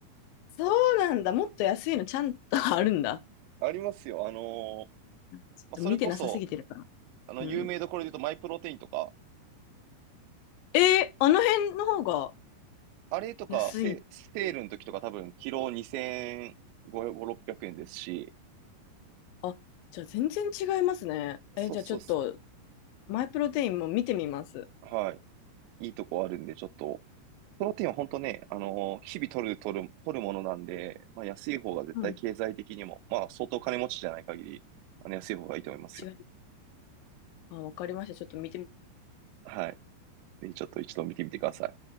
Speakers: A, on the left; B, on the right.
A: そうなんだ。もっと安いのちゃんとあるんだ。
B: ありますよ。あのー
A: ちょっと見てなさすぎてるかな。
B: まあ、それこそ、あの、
A: うん。
B: 有名どころで言うと、マイプロテインとか、
A: えーあの辺の方が
B: あれとか、
A: 安い。
B: セ、セールの時とか多分、キロ2500、600円ですし、
A: あ、じゃあ全然違いますね。
B: そうそうす、
A: え、じゃあちょっと、マイプロテインも見てみます。
B: はい。いいとこあるんで、ちょっと、プロテインは本当ね、あのー日々取る、取る、取るものなんで、まあ、安い方が絶対経済的にも、
A: うん。
B: まあ、相当金持ちじゃない限り、あの、安い方がいいと思いますよ。
A: 違い、あ、わかりました。ちょっと見て
B: はい。ぜひちょっと一度見てみてください。